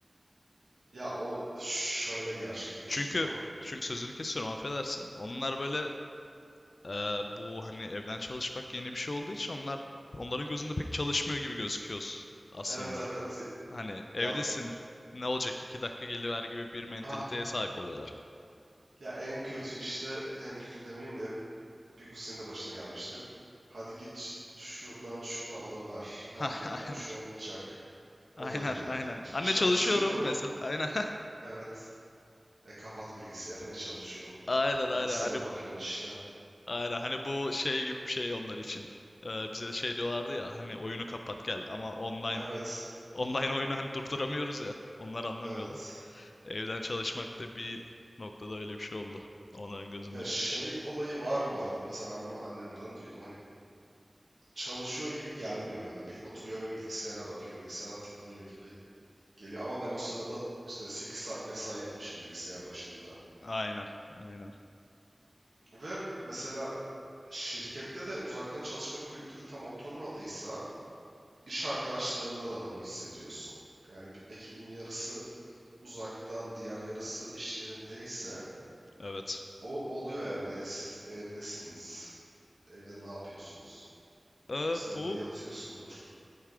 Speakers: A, on the right; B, on the left.
A: Ya o şöyle gerçekleşiyor.
B: Çünkü çünkü sözünü kesiyorum, affedersin. Onlar böyle eee, bu hani evden çalışmak yeni bir şey olduğu için onlar onların gözünde pek çalışmıyor gibi gözüküyoruz aslında.
A: Evet evet.
B: Hani evdesin,
A: Ya
B: ne olacak iki dakika geliver gibi bir mentaliteye
A: ha
B: sahip oluyorlar.
A: ya en kötü işte en kötü demeyeyim de Büyük senin de başına gelmiştir. Hadi git şuradan şunu alıver. Marketten
B: <laughs>
A: şu alınacak olayı.
B: Aynen, aynen, aynen.
A: E,
B: Anne
A: çalışıyorum.
B: çalışıyorum mesela. Aynen,
A: Evet. E kapat bilgisayarı. Ne çalışıyorsun?
B: <laughs> aynen,
A: Bilgisayara
B: aynen. Hani,
A: bakıyorsun işte.
B: aynen. Hani bu şey gibi bir şey onlar için. Ee, bize şey diyorlardı ya hani oyunu kapat gel ama online
A: Evet.
B: Online oyunu hani durduramıyoruz ya. Onlar anlamıyordu.
A: Evet.
B: Evden çalışmak da bir noktada öyle bir şey oldu. Onların gözünde
A: Ya şey
B: bizim için.
A: olayı var bu arada. Mesela ben bunu annemden duydum. Hani çalışıyor gibi gelmiyor bana. Bil oturuyor ve bilgisayara bakıyor. Bilgisayara takılıyor gibi geliyor. Ama ben o sırada işte 8 saat mesai yapmışım bilgisayar başında.
B: Aynen, aynen.
A: Ve mesela şirkette de uzaktan çalışma kültürü tam oturmadıysa iş arkadaşlarında da bunu hissediyorsun. Yani bir ekibin yarısı uzaktan, diğer yarısı iş yerindeyse
B: Evet.
A: o oluyor yani E, siz evdesiniz. Evde ne yapıyorsunuz?
B: Ee,
A: İstediğinde
B: bu
A: yatıyorsundur.